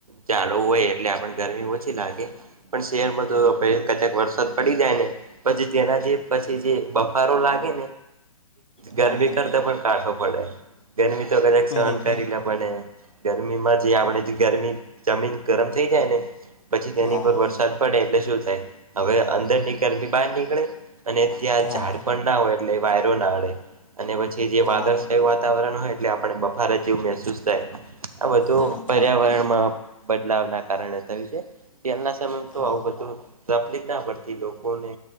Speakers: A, on the right; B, on the left.
A: ડો હોય એટલે આપ ગરમી ઓછી લાગે. પણ શહેરમાં તો
B: હા
A: કચાક વરસાદ પડી જાય ને પછી તેના જે પછી જે બફારો લાગે.
B: હા
A: ગરમી
B: હા
A: કરતા પણ કાઠો પડે ગરમી તો કદા
B: બરોબર
A: સહન કરી લ પણ ગરમીમાં જે આપણે ગરમી જમીન ગરમ થઈ જાય ને. પછી તેની
B: હા
A: પર
B: હા
A: વરસાદ પડે એટલે શું થાય હવે અંદર ની ગરમી બહાર નીકળે. અને ત્યાં
B: હા
A: ઝાડ પણ ના હોય એટલે વાયરો ના અડે અને પછી જે
B: હા
A: વાદળછાયું વાતાવરણ હોય એટલે આપણે બફારા જેવું મહેસૂસ થાય આ બધું
B: હા થાય
A: પર્યાવરણમાં બદલાવ ના કારણે થયું છે તેલના સમય તો
B: હા
A: આવું બધું તકલીફ ના પડતી લોકોને